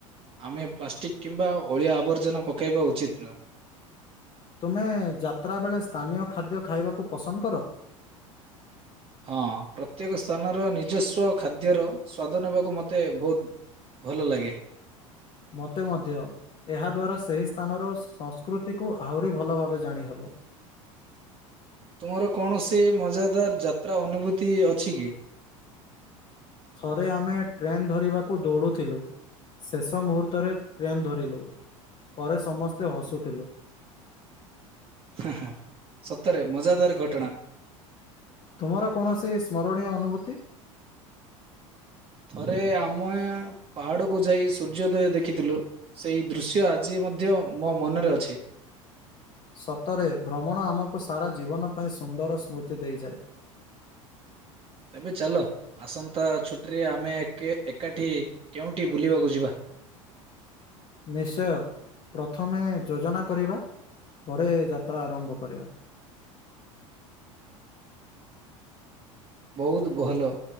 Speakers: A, on the right; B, on the left.
A: ଆମେ ପ୍ଲାଷ୍ଟିକ୍ କିମ୍ବା ଅଳିଆ ଆବର୍ଜନା ପକାଇବା ଉଚିତ୍ ନୁହେଁ।
B: ତୁମେ ଯାତ୍ରା ବେଳେ ସ୍ଥାନୀୟ ଖାଦ୍ୟ ଖାଇବାକୁ ପସନ୍ଦ କର?
A: ହଁ ପ୍ରତ୍ୟେକ ସ୍ଥାନର ନିଜସ୍ୱ ଖାଦ୍ୟର ସ୍ଵାଦ ନେବାକୁ ମୋତେ ବହୁତ ଭଲ ଲାଗେ।
B: ମୋତେ ମଧ୍ୟ। ଏହା ଦ୍ୱାରା ସେହି ସ୍ଥାନର ସଂସ୍କୃତିକୁ ଆହୁରି ଭଲ ଭାବେ ଜାଣି ହେବ।
A: ତୁମର କୌଣସି ମଜାଦାର ଯାତ୍ରା ଅନୁଭୂତି ଅଛି କି?
B: ଥରେ ଆମେ ଟ୍ରେନ ଧରିବାକୁ ଦୌଡୁଥିଲୁ। ଶେଷ ମୁହୂର୍ତ୍ତରେ ଟ୍ରେନ୍ ଧରିଲୁ। ପରେ ସମସ୍ତେ ହସୁଥିଲୁ।
A: ହାଁ ହାଁ ସତରେ ମଜାଦାର ଘଟଣା।
B: ତୁମର କୌଣସି ସ୍ମରଣୀୟ ଅନୁଭୂତି?
A: ଥରେ ଆମଏ ପାହାଡ଼କୁୁ ଯାଇ ସୂର୍ଯ୍ୟୋଦୟ ଦେଖିଥିଲୁ। ସେଇ ଦୃଶ୍ୟ ଆଜି ମଧ୍ୟ ମୋ ମନରେ ଅଛି।
B: ସତରେ ଭ୍ରମଣ ଆମକୁ ସାରା ଜୀବନ ପାଇଁ ସୁନ୍ଦର ସ୍ମୃତି ଦେଇଯାଏ।
A: ତେବେ ଚାଲ ଆସନ୍ତା ଛୁଟିରେ ଆମେ ଏକେ ଏକାଠି କେଉଁଠି ବୁଲିବାକୁ ଯିବା।
B: ନିଶ୍ଚୟ ପ୍ରଥମେ ଯୋଜନା କରିବା। ପରେ ଯାତ୍ରା ଆରମ୍ଭ କରିବା।
A: ବହୁତ ଭଲ